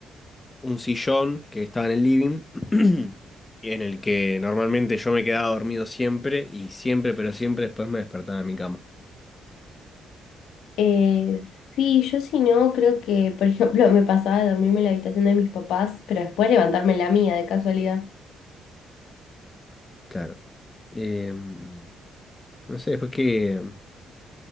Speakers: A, on the left; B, on the left.
A: un sillón que estaba en el living, <clears throat> y en el que normalmente yo me quedaba dormido siempre y siempre, pero siempre después me despertaba en mi cama.
B: Eh, sí, yo si no, creo que, por ejemplo, <laughs> me pasaba de dormirme en la habitación de mis papás, pero después levantarme en la mía de casualidad.
A: Claro. Em, no sé, después qué,